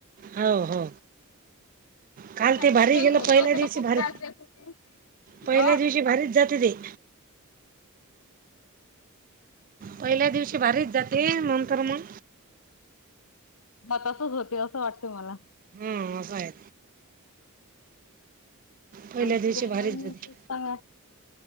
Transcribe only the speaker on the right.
हो हो. काल
ते
भारी गेलं
पहिल्या
दिवशी
भारी
पहिल्या
दिवशी भारीच जाते ते. पहिल्या दिवशी भारीच जाते नंतर मग
हा असं आहे पहिल्या
दिवशी
भारीच
जाते.